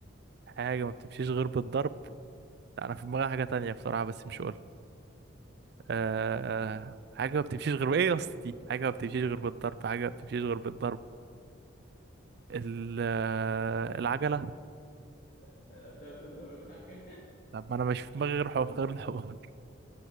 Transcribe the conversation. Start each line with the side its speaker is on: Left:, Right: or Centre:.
Right: حاجة ما بتمشيش غير بالضرب لا، أنا في دماغي حاجة تانية بصراحة بس مش هقولها آه آه، حاجة ما بتمشيش غير ايه يا اسطى دي حاجة ما بتمشيش غير بالضرب حاجة ما بتمشيش غير بالضرب ال- آه، العجلة
Left: لا انت بتضرب الحاجه
Right: طب ما انا مش في دماغي غير حوار غير الحوار